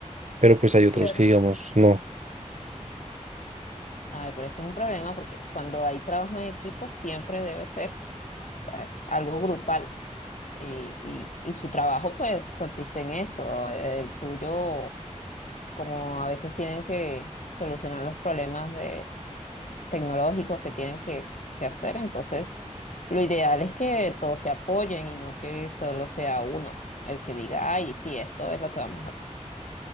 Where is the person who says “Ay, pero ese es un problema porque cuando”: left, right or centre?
Left